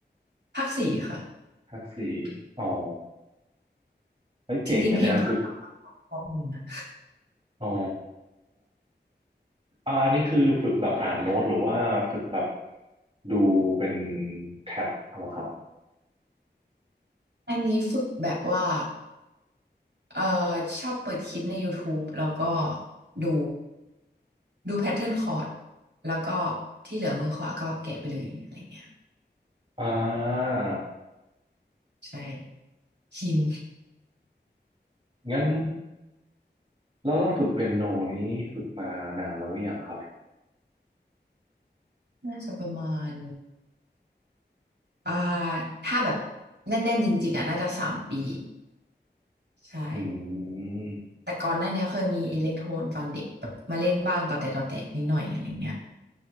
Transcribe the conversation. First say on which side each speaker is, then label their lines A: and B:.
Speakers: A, on the right; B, on the right.
A: ภาคสี่ค่ะ
B: ภาคสี่อ๋อไว้ยเจ๋งกันเนี่ยฝึก
A: จริงๆเพลงภาคสามภาคสองข้อมูลนะ
B: อ๋ออ่าอันนี้คือฝึกแบบอ่านโน้ตหรือว่าฝึกแบบดูเป็นแท็บเอาครับ
A: อันนี้ฝึกแบบว่า เอ่อชอบเปิดคลิปใน YouTube แล้วก็ดูดูแพทเทิร์นคอร์ดแล้วก็ที่เหลือมือขวาก็แกะไปเลยอะไรเงี้ย
B: อ่า
A: ใช่ชิน
B: งั้นแล้วก็ฝึกเปียโนนี้ฝึกมานานแล้วหรือยังครับ
A: น่าจะประมาณอ่าถ้าแบบแน่นๆจริงๆอ่ะน่าจะสามปีใช่
B: อืม
A: แต่ก่อนหน้าเนี้ยเคยมีอิเล็กโทรนตอนเด็กแบบมาเล่นบ้างต่อแต่ต่อแต่นิดหน่อยอะไรเงี้ย